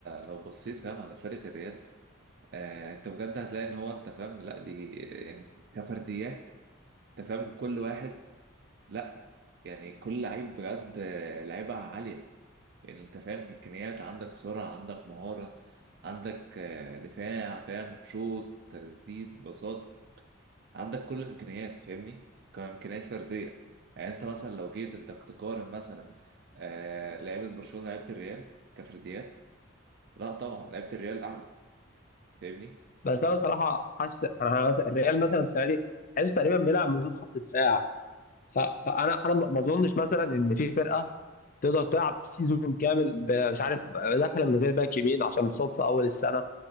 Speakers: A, on the right; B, on the left.
A: لو بصيت فاهم على فرقة الريال آه أنت بجد هتلاقي إن هو أنت فاهم لا دي يعني كفرديات أنت فاهم كل واحد لا يعني كل لعيب بجد آه، لعيبة عالية يعني انت فاهم امكانيات عندك سرعه عندك مهاره عندك آه، دفاع فاهم شوط تسديد بساط عندك كل الامكانيات فاهمني كامكانيات فرديه يعني انت مثلا لو جيت انت تقارن مثلا آه لعيبه برشلونه لعيبه الريال كفرديات لا طبعا لعيبه الريال اعلى فاهمني
B: بس أنا صراحة حاسس أنا حاسس الريال مثلا السنة دي حاسس تقريبا بيلعب من غير خط دفاع ف- فانا انا ما اظنش مثلا ان في فرقه تقدر تلعب سيزون كامل ب- مش عارف داخله من غير باك يمين عشان صف اول السنه